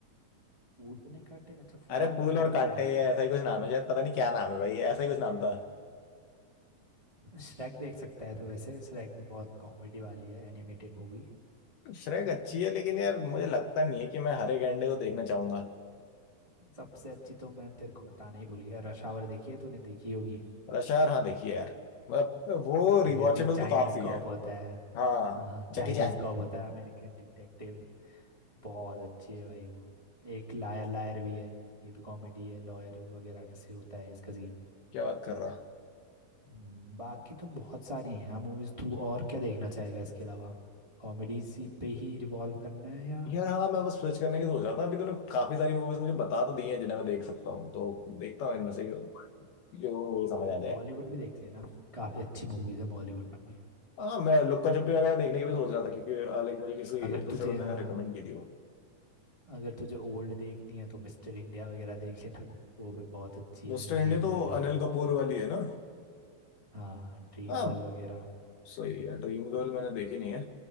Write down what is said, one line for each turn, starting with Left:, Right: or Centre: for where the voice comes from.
Right: फूल ने काटे अच्छा फूल
Left: अरे
Right: और
Left: फूल
Right: काटे
Left: और
Right: ये
Left: कांटे
Right: क्या है
Left: ऐसा ही कुछ नाम है शायद पता नहीं क्या नाम है भाई ऐसा ही कुछ नाम था
Right: श्रेक देख सकता है तो वैसे श्रेक भी बहुत कॉमेडी वाली है एनिमेटेड मूवी
Left: श्रेक अच्छी है लेकिन यार मुझे लगता नहीं है कि मैं हरे गैंडे को देखना चाहूंगा
Right: सबसे अच्छी तो मैं तेरे को बताना ही भूल गया रश आवर देखी है तूने देखी होगी
Left: रश यार हाँ देखिए यार मतलब वो
Right: वो
Left: रिवॉचेबल
Right: ये होती है चाइनीज
Left: तो काफी
Right: कॉप
Left: है
Right: होता है
Left: हाँ
Right: हाँ
Left: जैकी
Right: चाइनीज
Left: चैन
Right: कॉप होता है अमेरिकन डिटेक्टिव बहुत अच्छी है भाई वो एक लायर लायर भी है ये भी कॉमेडी है लॉयर वगैरह कैसे होता है इसका सीन
Left: क्या बात कर रहा
Right: हम्म, बाकी तो बहुत सारी हैं मूवीज थ्रू और क्या देखना चाहेगा इसके अलावा कॉमेडीज पे ही रिवॉल्व करना है या
Left: यार हाँ मैं बस स्विच करने की सोच रहा था अभी तूने काफी सारी मूवीज मुझे बता तो दी हैं जिन्हें मैं देख सकता हूँ तो देखता हूँ इनमें से जो जो
Right: हम्म,
Left: समझ आ जाए
Right: बॉलीवुड भी देख लेना काफ़ी अच्छी मूवीज है बॉलीवुड में भी
Left: हाँ मैं लुक्का छुपी वगैरह देखने की भी सोच रहा था क्योंकि लाइक मुझे किसी
Right: अगर
Left: दूसरे
Right: तुझे
Left: बंदे
Right: हाँ
Left: ने रिकमेंड की थी वो
Right: अगर तुझे ओल्ड देखनी है तो मिस्टर इंडिया वगैरह देख लेना वो भी बहुत अच्छी है
Left: मिस्टर
Right: ड्रीम
Left: इंडिया तो
Right: गर्ल
Left: अनिल
Right: वगैरह
Left: कपूर वाली है ना
Right: हाँ ड्रीम
Left: हाँ
Right: गर्ल वगैरह
Left: सही है ड्रीम गर्ल मैंने देखी नहीं है